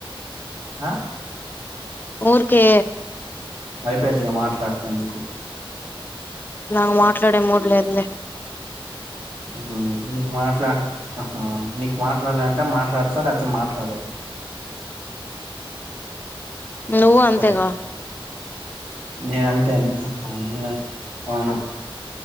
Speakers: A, on the right; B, on the left.
A: ఆహ
B: ఊరికే
A: అయిపోయింది గా మాట్లాడుతందుకు
B: నాకు మాట్లాడే మూడు లేదు లే
A: హు నీ మాట్లా ఆహా నీకు మాట్లాడాలంటే మాట్లాడుతావ్ లేకపోతే మాట్లాడవు
B: నువ్వు అంతేగా
A: సరే నేను అంతే అను నేను అవును